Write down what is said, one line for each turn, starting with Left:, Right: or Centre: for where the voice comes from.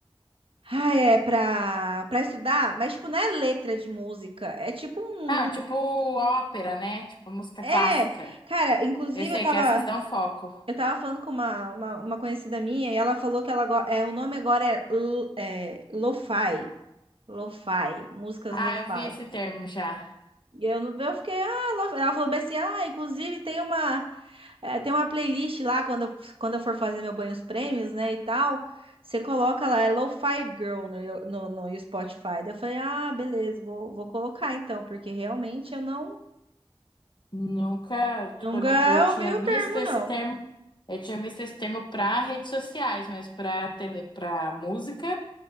Right: Ah, é pra, pra estudar, mas tipo, não é letra de música. É tipo um.
Left: Ah, tipo ópera, né? Tipo música
Right: É.
Left: clássica.
Right: Cara, inclusive
Left: Eu sei
Right: eu tava.
Left: que essas dão foco.
Right: Eu tava falando com uma, uma, uma conhecida minha e ela falou que ela go- é, o nome agora é, lo- é lo-fi. Lo-fi, músicas
Left: Ah,
Right: lo-fi.
Left: eu vi esse termo já.
Right: E eu, não- eu fiquei, ah, lo-fi. Ela falou bem assim, ah, inclusive tem uma. É, tem uma playlist lá quando eu, quando eu for fazer meu banho os prêmios, né, e tal. Você coloca lá, é Lo-Fi Girl no, no, no Spotify. Daí eu falei, ah, beleza, vou, vou colocar então, porque realmente eu não
Left: Nunca, tipo,
Right: nunca
Left: eu, não- eu tinha
Right: ouvi o
Left: visto
Right: termo,
Left: esse
Right: não.
Left: termo, eu tinha visto esse termo para redes sociais, mas para tele, para música,